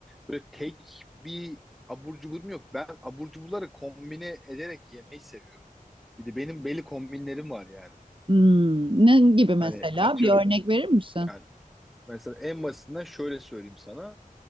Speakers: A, in the centre; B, on the right (about 35°).
A: Böyle tek bir abur cuburum yok. Ben abur cuburları kombine ederek yemeyi seviyorum. Bir de benim belli kombinlerim var yani.
B: Hmm, ne gibi
A: Hani
B: mesela?
A: atıyorum
B: Bir örnek verir misin?
A: yani mesela en basitinden şöyle söyleyeyim sana.